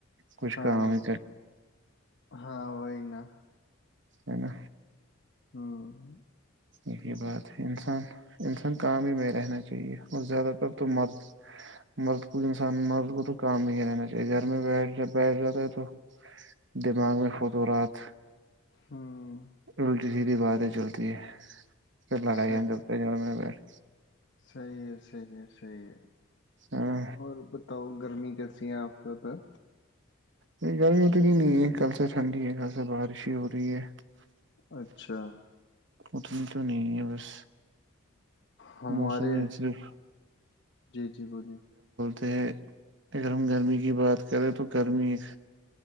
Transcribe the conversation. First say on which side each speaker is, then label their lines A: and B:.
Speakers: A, on the right; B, on the left.
A: کچھ
B: ہاں
A: کام ہے
B: ہاں وہی نا
A: ہیں نہ
B: ہوں
A: یہی
B: تو
A: بات ہے انسان انسان کام ہی میں رہنا چاہیے اور زیادہ تر تو مرد مرد کو انسان مرد کو تو کام ہی ہی رہنا چاہیے گھر میں بیٹھ ج بیٹھ جاتا ہے تو دماغ میں فط رات
B: ہاں
A: الٹی سیدھی باتیں چلتی ہے پھر لڑائیاں
B: صحیح
A: جلتے میں بیٹھ
B: صحیح ہے صیح ہے صحیح ہے
A: ہاں
B: اور بتاؤں گی گرمی کیسی ہے آپ کے ادھر
A: نہیں گرمی اتنی نہیں ہے کل سے ٹھنڈی ہے کل سے بارش ہی ہو رہی ہے
B: اچھا
A: اتنی تو نہیں ہے بس
B: ہمارے
A: موسم میں صرف
B: جی جی بولیے
A: تو اگر ہم گرمی کی بات کریں تو گرمی ایک